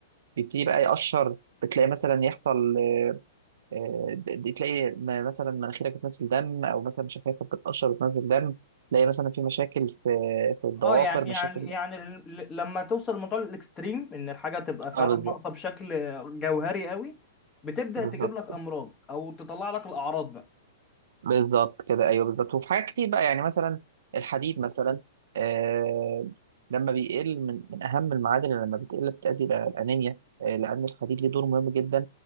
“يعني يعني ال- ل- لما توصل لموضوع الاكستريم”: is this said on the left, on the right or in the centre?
Left